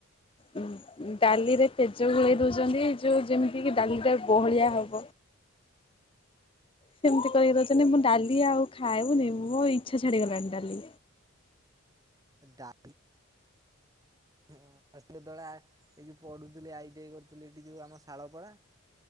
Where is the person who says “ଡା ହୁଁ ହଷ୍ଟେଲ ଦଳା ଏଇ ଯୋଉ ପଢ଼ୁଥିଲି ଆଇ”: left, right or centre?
Right